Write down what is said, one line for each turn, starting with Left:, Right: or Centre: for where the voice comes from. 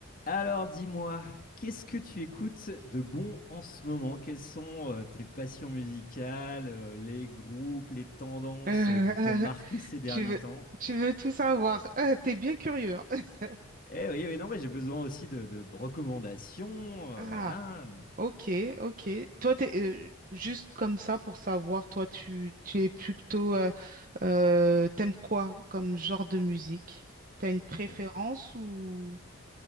Left: Alors dis-moi, qu'est-ce que tu écoutes de bon en ce moment? Quelles sont euh, tes passions musicales, euh, les groupes, les tendances
Right: Euh, <laughs>
Left: euh, qui t'ont marqué ces derniers
Right: tu veux,
Left: temps?
Right: tu veux tout savoir. Euh, t'es bien curieux. <laughs>
Left: Eh oui, oui, non, mais j'ai besoin aussi de, de recommandations, euh,
Right: Ah,
Left: voilà.
Right: ok, ok. Toi, t'es, euh, juste comme ça pour savoir, toi, tu, tu es plutôt, euh, euh, t'aimes quoi comme genre de musique? T'as une préférence
Left: Bon,
Right: ou...